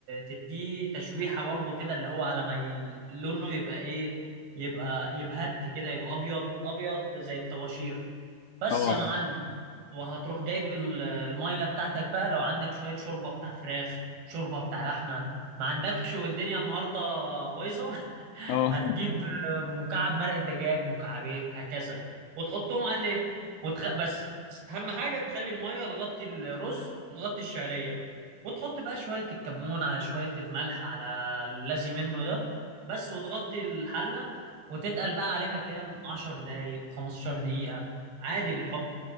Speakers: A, on the right (about 80°); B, on the left (about 75°).
A: تديه تشويحه برضو كده اللي هو على ما ي... لونه يبقى ايه يبقى يبهت كده يبقى ابيض ابيض زي الطباشير بس
B: اه
A: يا معلم وهتروح جايب ال- الميه بتاعتك بقى لو عندك شويه شوربه بتاع فراخ شوربه بتاع لحمه ما عندكش والدنيا النهارده بايظه <laughs>
B: اه
A: هتجيب
B: <laughs>
A: مكعب مرق الدجاج مكعبين هكذا وتحطهم عليه وتخ... بس اهم حاجه تخلي الميه تغطي الرز وتغطي الشعريه وتحط بقى شويه الكمون على شويه الملح على اللازم منه ده بس وتغطي الحله وتتقل بقى عليها كام 10 دقايق 15 دقيقه عادي بالحب